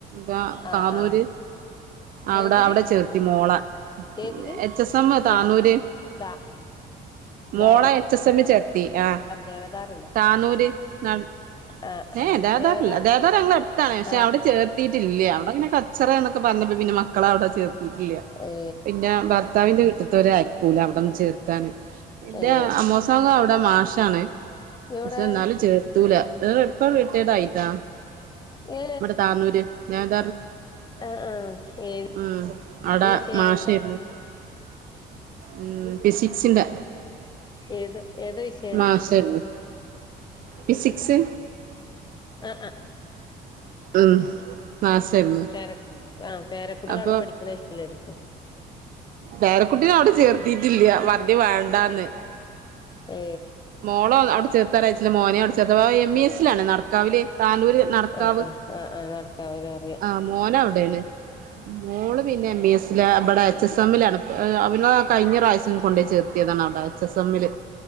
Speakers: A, on the right (about 55°); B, on the left (about 25°).
A: ബാ
B: ആ
A: താന്നൂര്
B: ആ ആ
A: അവിടാ
B: ഏതില്
A: അവിടാ ചേർത്തി മോളെ
B: ഏതില്
A: എച്ച് എസ് എം താന്നൂര്
B: ദേ ദാ
A: മോളെ
B: ദേവദാർ
A: എച്ച് എസ് എമ്മി ചേർത്തി ആ
B: ദേവദാറല്ലേ
A: താന്നൂര് നട്
B: ആ
A: ഏ ദാദാറ്ല്ല്
B: ദേവദാറല്ലേതാ
A: ഇല്ല ദാദാർ ഞങ്ങള അട്ത്താണ് പക്ഷെ
B: ആ
A: അവിടെ ചേർത്തിട്ടില്ല അവിടെങ്ങനെ കച്ചറെ അറ് പറഞ്ഞപ്പോ പിന്നെ മക്കള അവിടെ ചേർത്തിട്ടില്ല
B: ഏ
A: പിന്നെ ഭർത്താവിന്റെ വീട്ടിതൊരു പൂല അവിടന്ന് ചെർുത്താണ് എന്റെ
B: ഏ
A: അമ്മോശക്ക അവിടെ മാഷാണ്
B: എവിടെ
A: പക്ഷെ എന്നാലും ചേർത്തൂല നി എപ്പ റേറ്റേർഡ് ആയിട്ടോ
B: ഏ
A: ഇവിടെ താന്നൂര് ഞാൻ
B: ആ ആ ഏത്
A: ഉം അട
B: വിഷയാ
A: മാഷെർന്നു ഉ ഫിസിക്സിന്റെ
B: ഏത് ഏത് വിഷയം
A: മാഷെർന്നു ഫിസിക്സ്
B: ആഹ ആ
A: ഉം മാഷായിരുന്നു
B: പര ആപേരക്കുട്ടികൾ
A: അപ്പൊ
B: അവിടെ പഠിക്കണ ഇഷ്ടലായിരിക്കും
A: പേരക്കുട്ടിനെ അവിടെ ചേർത്തിട്ടില്ല വറതെ വേണ്ടന്ന്
B: ഏ
A: മോളോ അവിടെ ചേർത്താലയച്ചില്ല മോനെ അവിടെ ചേർത്ത എം ഇ എസ്സിലാണ് നടക്കാവില് താനൂര് നടക്കാവ്
B: ആ ആ ആ ആ നടക്കാവല അറിയാം
A: ആഹ മോന അവിടൊണ് മോള് പിന്നെ എം ഇ എസ് ൽ അവിടെ എച്ച് എസ് എമ്മിലാണ് അോ കഴിഞ്ഞ പ്രാവശ്യം കൊണ്ട ചേർത്തിയതാണ് അവിടെ എച്ച് എസ് എംില്